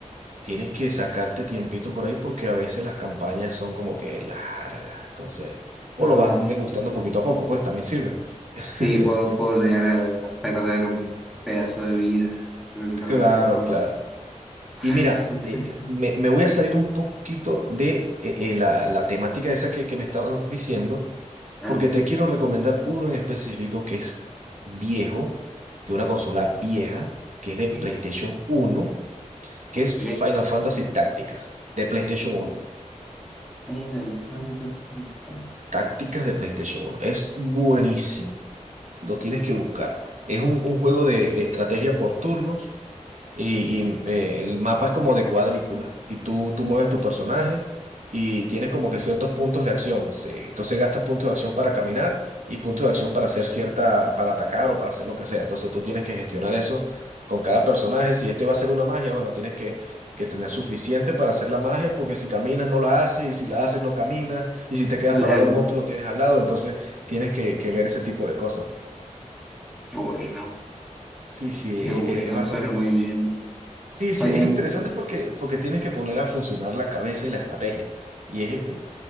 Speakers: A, on the right; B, in the centre.
A: tienes que sacarte tiempito por ahí porque a veces las campañas son como que largas. Entonces, o
B: No,
A: lo van
B: es
A: degustando
B: que claro.
A: poquito a poco, pues también sirve. <laughs>
B: Sí, puedo, puedo llegar a, a perder un pedazo de vida dentro
A: Claro,
B: de ese juego.
A: claro.
B: <laughs>
A: Y mira, eh, me, me voy a salir un poquito de eh, eh, la, la temática esa que, que me estabas diciendo
B: Ah,
A: porque te quiero recomendar uno en específico que es viejo, de una consola vieja, que es
B: ok,
A: de PlayStation uno
B: ok.
A: que es Final Fantasy Tácticas, de PlayStation uno
B: Final Fantasy. Tank.
A: Tácticas de PlayStation uno Es buenísimo. Lo tienes que buscar. Es un, un juego de, de estrategia por turnos y, y, eh, el mapa es como de cuadrícula y tú, tú mueves tu personaje y tienes como que ciertos puntos de acción. sí. Entonces gastas puntos de acción para caminar y puntos de acción para hacer cierta, para atacar o para hacer lo que sea. Entonces tú tienes que gestionar eso con cada personaje. Si este va a ser una magia, bueno, tienes que, que tener suficiente para hacer la magia porque si caminas no la haces y si la haces no caminas y si te quedas
B: Claro,
A: parado el monstruo lo tienes al lado. Entonces tienes que, que ver ese tipo de cosas.
B: qué bueno,
A: Sí, sí,
B: qué
A: e-
B: bueno,
A: e- e, es bastante
B: suena
A: interesante.
B: muy bien.
A: Sí, sí,
B: Final.
A: es interesante porque, porque tienes que poner a funcionar la cabeza y la estrategia. Y es, eh,